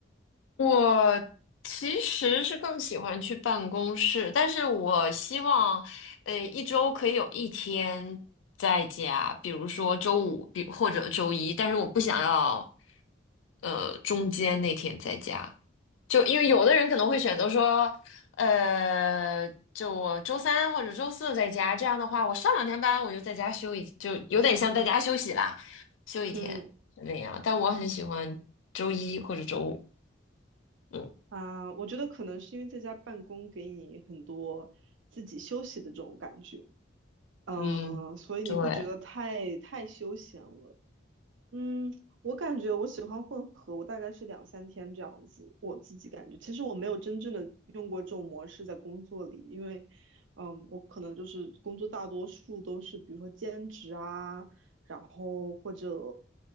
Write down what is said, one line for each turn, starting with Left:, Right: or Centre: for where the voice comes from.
Left: 我其实是更喜欢去办公室，但是我希望，呃，一周可以有一天在家，比如说周五，比或者周一，但是我不想要，呃，中间那天在家。就因为有的人可能会选择说，呃，就我周三或者周四在家，这样的话，我上两天班我就在家休一，就有点像在家休息啦，休一天就那样。
Right: 嗯
Left: 但我很喜欢周一或者周五，嗯
Right: 啊，我觉得可能是因为在家办公给你很多自己休息的这种感觉，嗯，
Left: 嗯，
Right: 所以你会觉得太太休闲了。
Left: 对，
Right: 嗯，我感觉我喜欢混合，我大概是两三天这样子。我自己感觉，其实我没有真正的用过这种模式在工作里，因为，嗯，我可能就是工作大多数都是比如说兼职啊，然后或者，